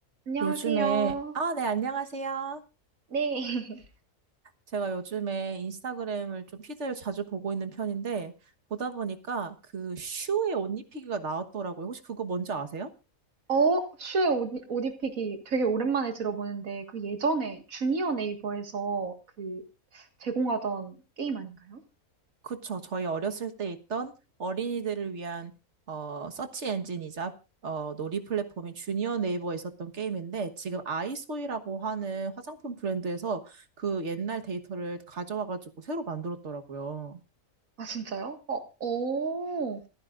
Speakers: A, on the right; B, on the right.
A: 안녕하세요.
B: 요즘에, 아, 네, 안녕하세요.
A: 네. <laughs>
B: 제가 요즘에 인스타그램을 좀 피드를 자주 보고 있는 편인데, 보다 보니까 그 슈의 옷 입히기가 나왔더라고요. 혹시 그거 뭔지 아세요?
A: 어, 슈의 옷, 옷 입히기 되게 오랜만에 들어보는데, 그 예전에 주니어 네이버에서 그 제공하던 게임 아닌가요?
B: 그쵸. 저희 어렸을 때 있던 어린이들을 위한, 어, 서치 엔진이자, 어, 놀이 플랫폼인 주니어 네이버에 있었던 게임인데, 지금 아이소이라고 하는 화장품 브랜드에서 그 옛날 데이터를 가져와가지고 새로 만들었더라고요.
A: 아, 진짜요? 어, 오,